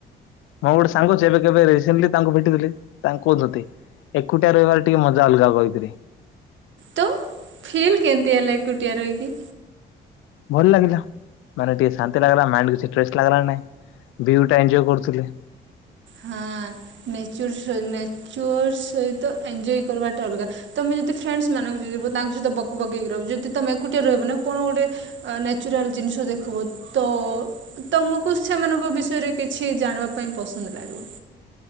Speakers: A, on the left; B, on the right.
A: ମୁଁ ଗୋଟେ ସାଙ୍ଗ ସେ ଚେବେ କେବେ ରିସେଣ୍ଟଲି ତାଙ୍କୁ ଭେଟିଥିଲି। ତାଙ୍କୁ କହୁଚନ୍ତି ଏକୁଟିଆ ରହିବାର ଟିକେ ମଜା ଅଲଗା କହିଥିଲି।
B: ତୋ ଫିଲ୍ କେନ୍ତି ହେଲା ଏକୁଟିଆ ରୁହିକି?
A: ଭଲ ଲାଗିଲା ମାନେ ଟିକେ ଶାନ୍ତି ଲାଗିଲା। ମାଇଣ୍ଡ କି୍ଛି ଟ୍ରେସ୍ ଲାଗିଲା ନାଇଁ। ଭିୱେ ଟା ଏଞ୍ଜୟ୍ କରୁଥିଲି।
B: ହଁ ନେଚର ସ ନେଚର ସହିତ ଏଞଜୟ କରିବାଟା ଅଲଗା। ତମେ ଯଦି ଫ୍ରେଣ୍ଡସ ମାନଙ୍କ ସହ ଯିବ ତାଙ୍କ ସହିତ ବକ ବକ ହେଇ ରହିବ। ଯଦି ତମେ ଏକୁଟିଆ ରହିବ ନା କଣ ଗୋଟେ ନେଚୁରାଲ ଜିନିଷ ଦେଖିବ। ତ ତମକୁ ସେମାନଙ୍କ ବିଷୟରେ କିଛି ଜାଣିବା ପାଇଁ ପସନ୍ଦ ଲାଗିବ